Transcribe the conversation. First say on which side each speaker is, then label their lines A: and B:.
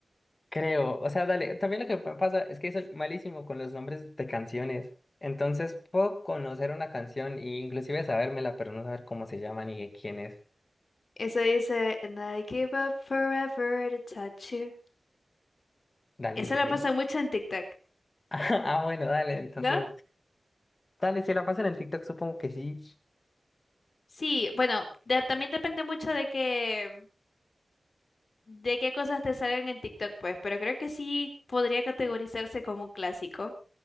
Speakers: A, on the left (about 40°); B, on the left (about 55°).
A: Creo. O sea, dale. También lo que pa- pasa es que soy malísimo con los nombres de canciones. Entonces puedo conocer una canción e inclusive sabérmela, pero no saber cómo se llama ni de quién es.
B: Eso dice, And I give up forever to touch you.
A: Dale,
B: Esa
A: sigue.
B: la pasa
A: <laughs>
B: mucho en TikTok,
A: Ah, bueno, dale. Entonces.
B: ¿no?
A: Dale, si la pasan en TikTok, supongo que sí.
B: Sí, bueno, de- también depende mucho de que de qué cosas te salgan en TikTok, pues, pero creo que sí podría categorizarse como un clásico.